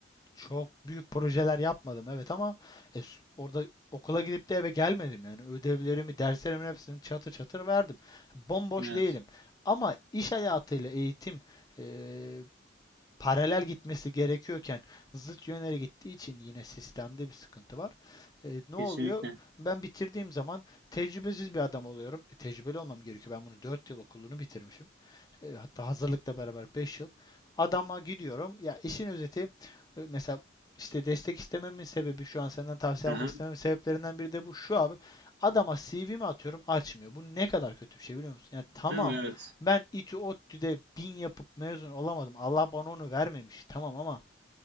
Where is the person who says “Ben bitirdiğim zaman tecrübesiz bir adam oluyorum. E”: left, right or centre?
Left